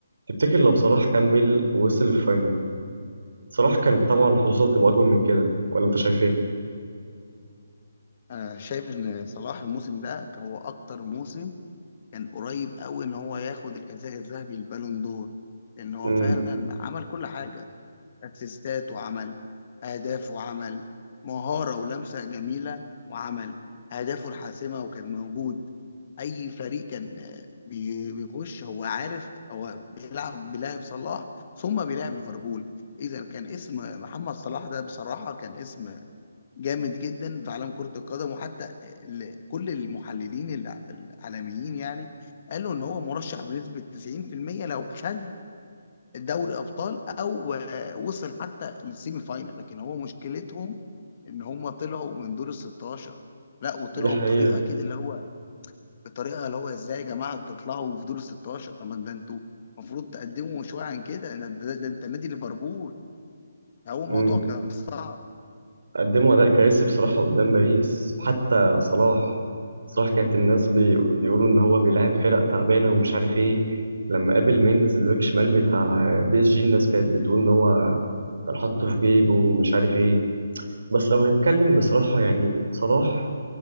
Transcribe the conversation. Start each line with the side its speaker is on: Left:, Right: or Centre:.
Right: تفتكر لو صلاح كمل ووصل الفاينل صلاح كانت طبعا حظوظه تبقى أكبر من كده ولا أنت شايف إيه؟
Left: انا شايف ان صلاح الموسم ده كان هو اكتر موسم كان قريب قوي ان هو ياخد الحذاء الذهبي البالون دور لان هو
Right: امم
Left: فعلا عمل كل حاجه اسيستات وعمل اهداف وعمل مهارة ولمسة جميلة وعمل اهدافه الحاسمة وكان موجود اي فريق كان آه، بي- بيخش هو عارف هو بيلعب بيلعب صلاح ثم بيلعب ليفربول اذا كان اسم محمد صلاح ده بصراحه كان اسم جامد جدا في عالم كره القدم وحتى ال- كل المحللين الع- العالميين يعني قالوا ان هو مرشح بنسبه 90% لو خد دوري ابطال او آه، وصل حتى للسيمي فاينال لكن هو مشكلتهم ان هم طلعوا من دور ال 16 لا وطلعوا
Right: دي حقيقة
Left: بطريقه كده اللي هو بطريقه اللي هو ازاي يا جماعه تطلعوا في دور ال 16 طب ما ده انتوا المفروض تقدموا شويه عن كده ده, ده, ده انت نادي ليفربول هو موضوع
Right: امم
Left: كان صعب
Right: قدموا أداء كارثي بصراحة قدام باريس حتى صلاح صلاح كانت الناس بي... بيقولوا إن هو بيلاعب فرق تعبانة ومش عارف إيه لما قابل مينديز الباك شمال بتاع بي اس جي الناس كانت بتقول إن هو كان حاطه في جيبه ومش عارف إيه بس لو هنتكلم بصراحة يعني صلاح